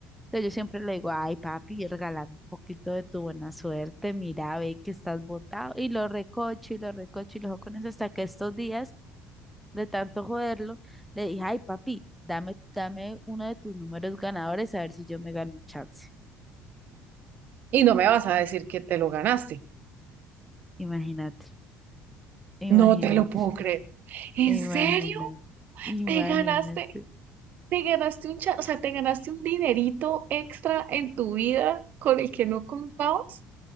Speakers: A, in the centre; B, on the right.
A: Entonces yo siempre le digo, ay papi, regálame un poquito de tu buena suerte, mira, ve que estás botado. Y lo recocho y lo recocho y lo juego con eso hasta que estos días, de tanto joderlo, le dije, ay papi, dame, dame uno de tus números ganadores a ver si yo me gano un chance.
B: Y no me vas a decir que te lo ganaste.
A: Imagínate, imagínate.
B: No te lo puedo creer. ¿En
A: Imagínate,
B: serio?
A: imagínate.
B: ¿Te ganaste? ¿Te ganaste un cha- o sea, te ganaste un dinerito extra en tu vida con el que no contabas?